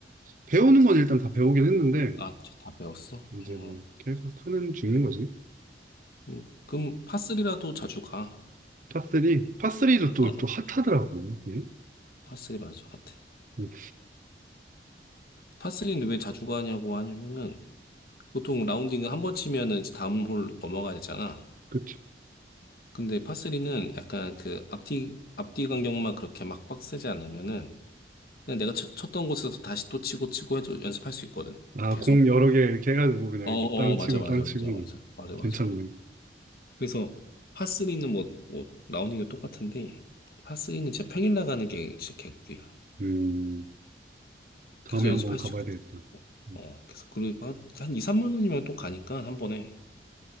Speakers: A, on the right; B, on the left.
A: 배우는 건 일단 다 배우긴 했는데
B: 아, 다 배웠어?
A: 이제
B: 어.
A: 뭐 계속 타는 중인 거지.
B: 음, 그럼 파3리라도 자주 가.
A: 파3, 파3도 또,
B: 어, 어.
A: 또 핫하더라고. 예?
B: 파3리 맞아. 같아.
A: 음,
B: 파3리는 왜 자주 가냐고 하냐면은 보통 라운딩을 한 번 치면은 이제 다음 홀 넘어가야 되잖아.
A: 그치.
B: 근데 파스리는 약간 그 앞뒤, 앞뒤 간격만 그렇게 막 빡세지 않으면은 그냥 내가 쳤, 던 곳에서 다시 또 치고 치고 해도 연습할 수 있거든.
A: 아,
B: 계속.
A: 공 여러 개 이렇게 해가지고 그냥
B: 어,
A: 이렇게
B: 어,
A: 땅 치고
B: 맞아, 맞아,
A: 땅 치고
B: 맞아, 맞아, 맞아, 맞아.
A: 괜찮네.
B: 그래서 파스리는 뭐, 뭐, 라운딩도 똑같은데 파스리는 진짜 평일 나가는 게 진짜 개꿀이야.
A: 음, 다음에
B: 계속 연습할
A: 한번 가봐야
B: 수 있거든.
A: 되겠다.
B: 어,
A: 음.
B: 어, 그래서 그리고 한, 한 2, 3만 원이면 또 가니까 한 번에